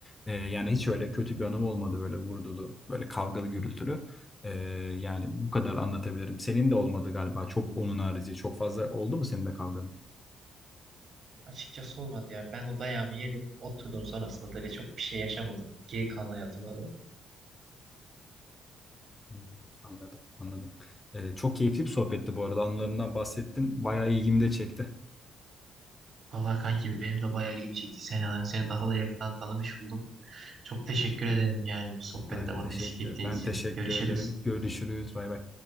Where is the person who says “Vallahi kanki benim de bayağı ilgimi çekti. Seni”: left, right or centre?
Right